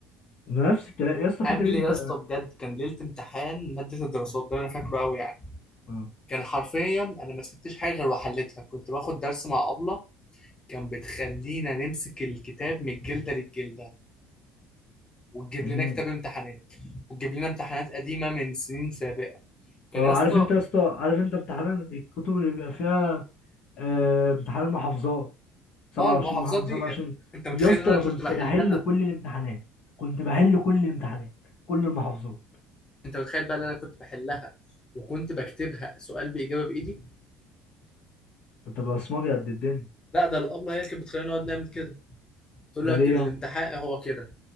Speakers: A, on the left; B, on the left.
A: أنا نفس الكلام يا اسطى فاكر
B: قبل
A: انت
B: يا اسطى بجد كان ليله امتحان ماده الدراسات ده اللي انا فاكره قوي يعني
A: اه
B: كان حرفيا انا ما سبتش حاجه غير وحلتها كنت باخد درس مع ابله كان بتخلينا نمسك الكتاب من الجلده للجلده وتجيب
A: مم.
B: لنا كتاب امتحانات وتجيب لنا امتحانات قديمه من سنين سابقه كان
A: آه،
B: يا
A: عارف
B: اسطى
A: انت يا اسطى عارف انت امتحان الكتب اللي بيبقى فيها آه، امتحان المحافظات 27
B: اه المحافظات
A: محافظه
B: دي
A: 27
B: انت متخيل
A: يا اسطى
B: ان انا
A: انا كنت
B: كنت بحلها
A: بحل كل الامتحانات كنت بحل كل الامتحانات كل المحافظات
B: انت متخيل بقى ان انا كنت بحلها وكنت بكتبها سؤال باجابه بايدي
A: كنت بصمجي قد الدنيا
B: لا ده الابله هي اللي كانت بتخلينا نقعد نعمل كده تقول
A: ده
B: لك
A: ليه
B: الامتحان
A: يعني
B: هو كده